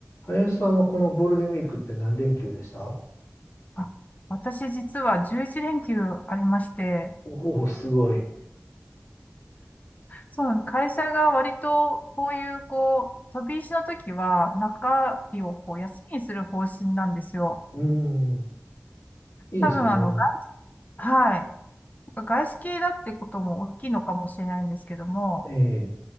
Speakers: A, on the left; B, on the left.
A: 林さんはこのゴールデンウィークって何連休でした
B: あ私実は11連休ありまして、
A: おおー、すごい。
B: そうなんです。会社が割とこういうこう、飛び石の時は中日をこう休みにする方針なんですよ。
A: うん、いいですよね。
B: 多分あの、外、はい。外資系だってことも大きいのかもしれないんですけども、
A: ええ、